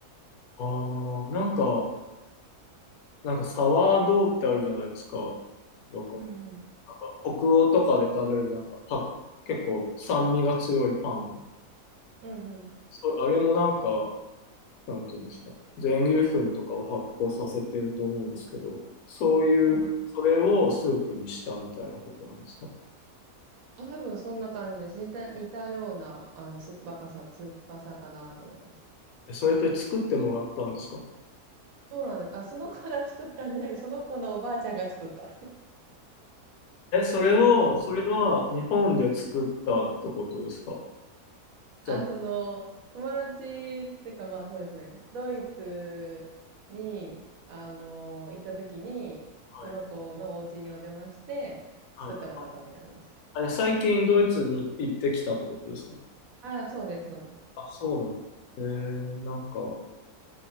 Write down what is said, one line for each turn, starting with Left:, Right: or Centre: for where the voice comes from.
Left: あー、なんか、なんかサワードーってあるじゃないですか。僕、
Right: うんうんうん
Left: なんか北欧とかで食べるなんか、は、結構酸味が強いパン。
Right: うんうんうん
Left: それ、あれもなんか、なんていうんですかね。全粒粉とかを発酵させてると思うんですけど、そういう、
Right: うん。うん。
Left: それをスープにしたみたいなことなんですかね
Right: あ、多分そんな感じです。似た、似たような、あの、酸っぱかさ、酸っぱさかなと思います。
Left: え、それって作ってもらったんですか
Right: そうなんです。あ、その子が作ったんじゃないその子のおばあちゃんが作った。
Left: え、それを、それは日本で作ったってことですかじゃあ
Right: あ、その、友達っていうかまあそうですね。ドイツに、あの、行った時に、
Left: はい。
Right: その子のお家にお邪魔して、
Left: はい。
Right: 作ってもらったって感じです。
Left: あれ、で最近ドイツに行ってきたってことですか
Right: あ、そうです、そうです。
Left: あ、そうなんだ。えー、なんか、